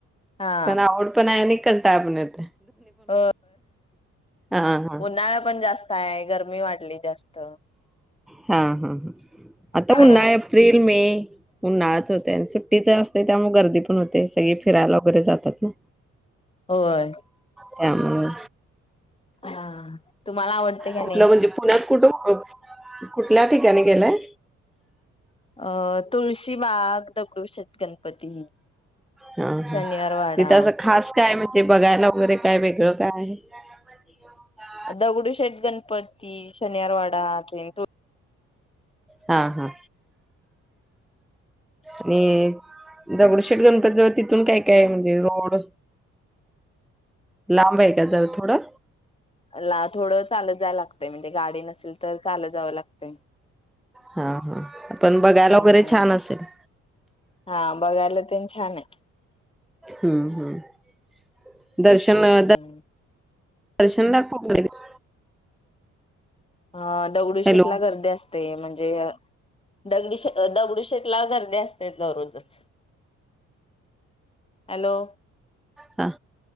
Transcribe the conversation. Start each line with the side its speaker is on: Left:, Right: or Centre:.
Left: हा
Centre: पण आवड पण आहे निकलताय आपण येत
Left: हो
Centre: हां हां.
Left: उन्हाळा पण जास्त आहे गरमी वाढली जास्त
Centre: हा हा हा आता
Left: हा
Centre: पुन्हा एप्रिल मे ऊन्हाळाच होते आणि सुट्टीच हाफ त्यामुळे गर्दी पण होतेच सगळी फिरायला वगैरे जातात ना
Left: होय
Centre: त्यामुळे
Left: हा तुम्हाला आवडते का
Centre: कुठलं
Left: नाही?
Centre: म्हणजे पुण्यात कुठ, कुठल्या ठिकाणी गेलाय?
Left: अ तुळशी बाग दगडू शेट गणपती
Centre: हां हां.
Left: शनिवार वाडा
Centre: तिथं असं खास काय म्हणजे बघायला वैगरे काय वेगळकाय काय आहे <unintelligible>
Left: दगडू शेेट गणपती शनिवारवाडा ते दोन
Centre: हा हा आणि दगडूशेठ गणपती जवळ तिथून काय काय आहे म्हणजे रोड लांब आहे का जरा थोडं
Left: ला थोडं चालत जाव लागतंय म्हणजे गाडी नसेल तर चाल तजावं लागतय
Centre: हा हा पण बघायला
Left: हम्म
Centre: वगैरे छान असेल
Left: हा बघायला ते छान आहे
Centre: हम्म हम्म दर्शन
Left: हम्म
Centre: द दर्शनला खुप गर्दी <unintelligible>
Left: हा अ दगडू
Centre: हॅलो
Left: शेटला गर्दी असते म्हणजे दगडी शे दगडूशेटला गर्दी असते दररोजचं हॅलो!
Centre: हा